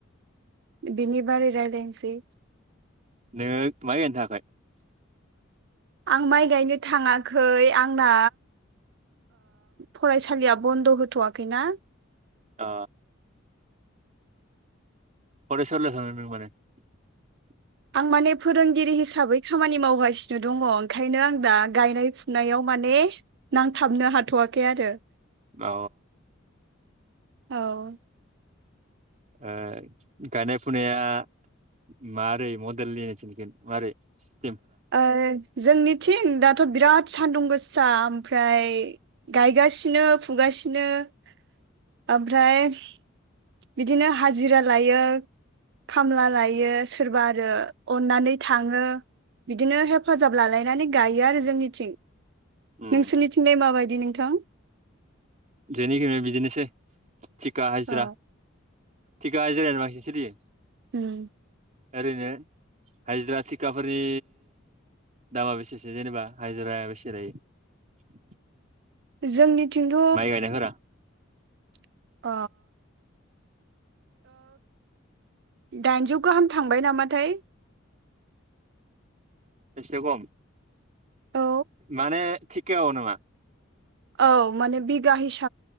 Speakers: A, on the right; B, on the right.
A: बिनि बारै रायज्लायनोसै।
B: <inaudible>
A: आं माइ गायनो थाङाखै आंना। फरायसालिया बन्द' होथ'वाखैना?
B: अ। <inaudible>
A: आं माने फोरोंगिरि हिसाबै खामानि मावगासिनो दङ। ओंखायनो आं दा गायनाय फुनायाव माने। नांथाबनो हाथ'वाखै आरो।
B: औ।
A: औ।
B: गायनाय फुनाया? <inaudible>
A: आरो? जोंनिथिं दाथ' बिराद सान्दुं गोसा ओमफ्राय गायगासिनो फुगासिनो। बिदिनो ओमफ्राय। बिदिनो हाजिरा लायो। खामला लायो सोरबा आरो अननानै थाङो। बिदिनो हेफाजाब लालायनानै गायो आरो जोंनिथिं।
B: उम
A: नोंसोरनिथिंलाय माबायदि नोंथां।
B: जोंनिथिंग बिदिनोसोय टिखा हाजिरा।
A: औ
B: थिखा हाजिरा बांसिन सोलियो।
A: उम।
B: ओरैयनो हाजिरा टिखाफोरनि। दामा बेसेसो जेनेबा हाजिराया बेसे लायो।
A: जोंनिथिंथ'।
B: माइ गायनायफोरा
A: <inaudible> दाइनजौ गाहाम थांबाय नामाथाय।
B: एसे खम
A: औ
B: माने टिखायाव नामा।
A: औ माने बिघा हिसाबै।